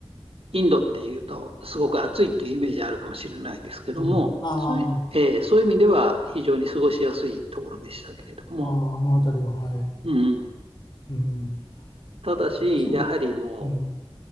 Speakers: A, on the right; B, on the left.
A: インドっていうと、すごく暑いっていうイメージあるかもしれないですけども、
B: うん。あ
A: そういうえーそういう意味では非常に過ごしやすいところでしたけれども、
B: あ、ああ、あのあたりは、はい。
A: うん、
B: うん。
A: ただし、
B: 私も、
A: やはりもう
B: うん。